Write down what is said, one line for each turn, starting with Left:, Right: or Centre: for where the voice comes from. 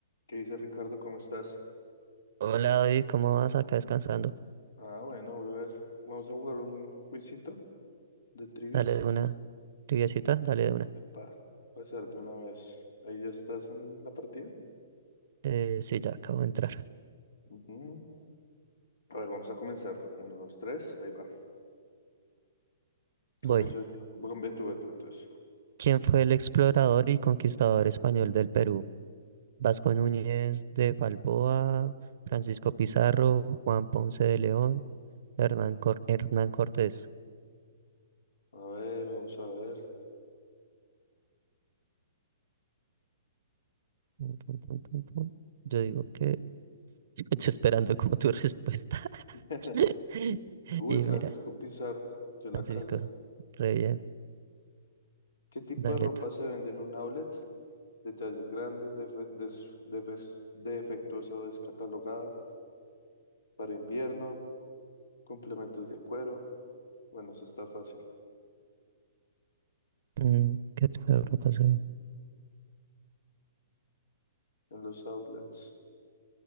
Left: ¿Qué dice Ricardo? ¿Cómo estás?
Right: Hola David, ¿cómo vas acá descansando?
Left: Ah, bueno, brother. Vamos a jugar un quizito de trivias.
Right: Dale de una. Triviacita, dale de una.
Left: Epa, pasar de una vez. Ahí ya estás en la partida.
Right: Eh, sí, ya acabo de entrar.
Left: Ujú. A ver, vamos a comenzar. Uno, dos, tres. Ahí va.
Right: Voy.
Left: Comienzo yo. Bueno, ve tú, ve tú, entonces.
Right: ¿Quién fue el explorador y conquistador español del Perú? Vasco Núñez de Balboa, Francisco Pizarro, Juan Ponce de León, Hernán, Cor- Hernán Cortés.
Left: A ver, vamos a ver.
Right: Tun, tun, tun, tun, tun. Yo digo que <laughs> estoy esperando como tu respuesta.
Left: <laughs>
Right: <laughs>
Left: Uy,
Right: Y
Left: Francisco
Right: mira,
Left: Pizarro. Yo la
Right: Francisco,
Left: cagué.
Right: re bien.
Left: ¿Qué tipo
Right: Dale
Left: de ropa
Right: tú.
Left: se vende en un outlet? De Tallas grandes, defe- des- defes- defectuosa o descatalogada para invierno, complementos de cuero. Bueno, eso está fácil.
Right: Mm, ¿Qué te puedo pasar?
Left: en los outlets,